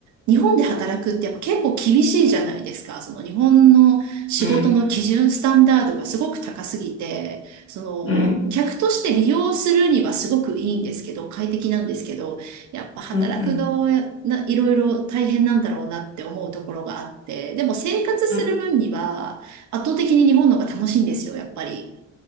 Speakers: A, on the right (about 70°); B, on the left (about 45°).
A: 日本で働くってやっぱ結構厳しいじゃないですか。その日本の仕事の基準、
B: うん。
A: スタンダードがすごく高すぎて、その客として利用するにはすごくいいんですけど、
B: うん。
A: 快適なんですけど、やっぱ働く側はやないろいろ大変なんだろうなって思うところがあって、
B: うん。
A: でも生活する分には圧倒的に日本の方が楽しいんですよ、
B: うん
A: やっぱり。